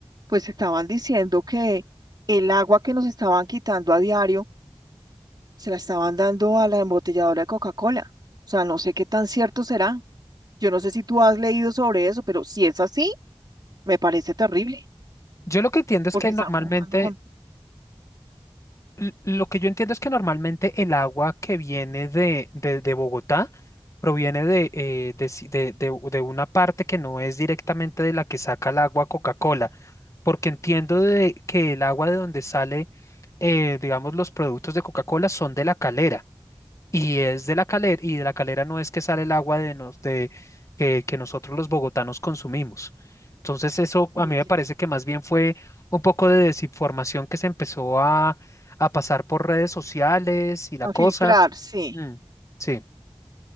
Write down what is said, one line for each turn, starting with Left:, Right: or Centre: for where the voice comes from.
Right: pues estaban diciendo que el agua que nos estaban quitando a diario se la estaban dando a la embotelladora de Coca-Cola. O sea, no sé qué tan cierto será. Yo no sé si tú has leído sobre eso, pero si es así, me parece terrible,
Left: Yo lo que entiendo es
Right: porque
Left: que normalmente
Right: están jugando con
Left: l- Lo que yo entiendo es que normalmente el agua que viene de, de- de Bogotá proviene de, eh, de si- de- de u- de una parte que no es directamente de la que saca el agua Coca-Cola, porque entiendo de que el agua de donde sale, eh, digamos, los productos de Coca-Cola son de la calera. Y es de la calera, y de la calera no es que sale el agua de nos, de, que, que nosotros los bogotanos consumimos. Entonces, eso
Right: experiencias.
Left: a mí me parece que más bien fue un poco de desinformación que se empezó a, a pasar por redes sociales y la
Right: A
Left: cosa.
Right: filtrar, sí,
Left: Mm, sí,